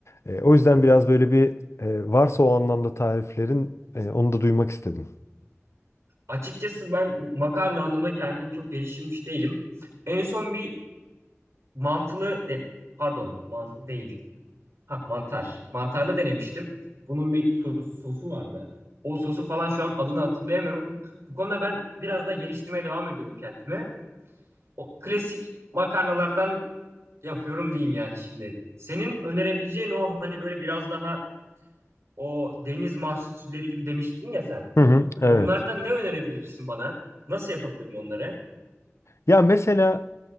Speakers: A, on the left; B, on the right.
A: E, o yüzden
B: Hı hı.
A: biraz böyle bir e, varsa o anlamda tariflerin e, onu da duymak istedim.
B: Açıkçası ben bu makarna anlamında kendimi çok geliştirmiş değilim. En son bir mantılı, de- pardon mantılı değil. Ha mantar. Mantarlı denemiştim. Bunun bir sos- sosu vardı. O sosu falan şu an adını hatırlayamıyorum. Bu konuda ben biraz da geliştirmeye devam ediyorum kendimi. O klasik makarnalardan yapıyorum diyeyim yani şimdi. Senin önerebileceğin o hani böyle biraz daha o deniz mahsulleri gibi demiştin ya sen.
A: Hı hı, evet.
B: Onlardan ne önerebilirsin bana? Nasıl yapabilirim onları?
A: Ya mesela